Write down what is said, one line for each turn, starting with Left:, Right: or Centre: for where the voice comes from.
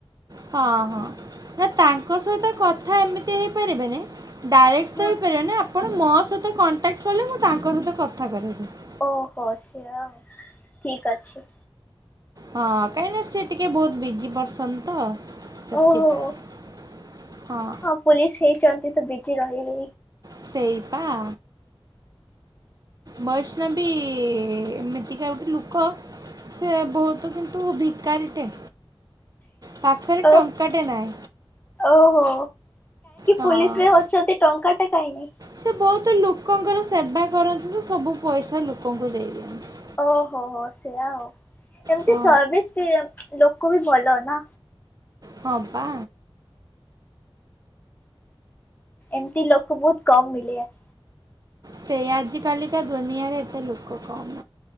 Right: ହଁ ହଁ ନା ତାଙ୍କ ସହିତ କଥା ଏମିତି ହେଇପାରିବେନି। ଡାଇରେକ୍ଟ
Left: ହଁ
Right: ତ ହେଇପାରିବେନି ଆପଣ ମୋ ସହିତ କଣ୍ଟାକ୍ଟ କଲେ ମୁଁ ତାଙ୍କ ସହିତ କଥା କରେଇଦେବି।
Left: ଓହୋ ସେୟା ଆଉ ଠିକ୍ ଅଛି।
Right: ହଁ କାହିଁକିନା ସି ଟିକେ ବହୁତ ବିଜି ପରସନ୍ ତ। ସେଥିପାଇଁ
Left: ଓହୋ
Right: ହଁ।
Left: ପୋଲିସ ହେଇଛନ୍ତି ତ ବିଜି ରହିବେ।
Right: ସେଇପା। ବୈଷ୍ଣବୀ ବି ଏମିତିକା ଗୋଟେ ଲୁକ। ସେ ବହୁତ କିନ୍ତୁ ଭିକାରୀଟେ। ପାଖରେ
Left: ଓ
Right: ଟଙ୍କାଟେ ନାଁଇ
Left: ଓହୋ
Right: ହଁ।
Left: ପୋଲିସ ରେ ଅଛନ୍ତି ଟଙ୍କାଟେ କାହିଁକି
Right: ସେ ବହୁତ ଲୋକଙ୍କର ସେବା କରନ୍ତି ତ ସବୁ ପଇସା ଲୋକଙ୍କୁ ଦେଇଦିଅନ୍ତି।
Left: ଓହୋ ହୋ ସେୟା ହଉ ଏମିତି
Right: ହଁ
Left: ସର୍ଭିସ୍ ବି ଲୋକ ବି ଭଲ ନା।
Right: ହଁ ପା
Left: ଏମିତି ଲୋକ ବହୁତ କମ ମିଳେଆ।
Right: ସେଇୟା ଆଜ କାଲିକା ଦୁନିଆରେ ଏତେ ଲୋକ କମ୍।